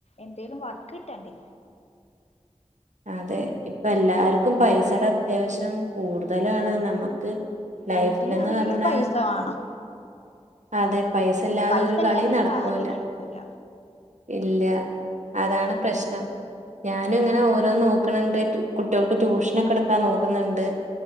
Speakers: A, on the left; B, on the right.
A: എന്തേലും വർക്ക് കിട്ടണ്ടേ
B: അതെ ഇപ്പൊ എല്ലാർക്കും പൈസടെ അത്യാവശ്യം കൂടുതലാണ് നമ്മക്ക് ലൈഫിലന്ന്
A: എന്തിനാണെങ്കിലും
B: പറഞ്ഞ
A: പൈസ വേണം
B: അതെ പൈസല്ലാതെ
A: പൈസ
B: ഒരു കളി
A: ഇല്ലാതെ
B: നടക്കൂല
A: കാര്യം നടക്കൂല
B: ഇല്ല്യ അതാണ് പ്രശ്നം ഞാനുങ്ങനെ ഓരോന്ന് നോക്കണണ്ട് റ്റു കുട്ട്യോൾക്ക് ട്യൂഷനൊക്കെ ഇട്ക്കാൻ നോക്കുന്നുണ്ട്